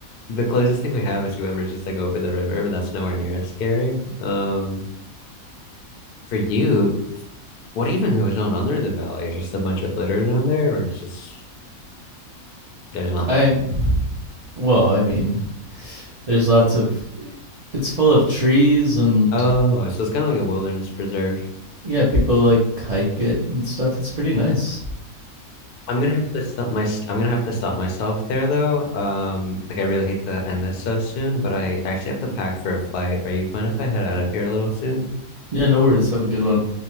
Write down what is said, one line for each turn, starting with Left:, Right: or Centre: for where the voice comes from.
Left: the closest thing we have is whoever just like over the river, but that's nowhere near as scary. Um, for you. what even goes on under the valley? Is just a bunch of litter down there, or it's just there's nothing.
Right: I well, I mean, there's lots of it's full of trees and
Left: Oh, so it's kind of like a wilderness preserve.
Right: yeah, people like hike it and stuff. It's pretty nice.
Left: I'm gonna have to stop my I'm gonna have to stop myself there though. Um, like I really hate to end this so soon, but I actually have to pack for a flight. Are you fine if I head out of here a little soon?
Right: Yeah, no worries. Have a good one.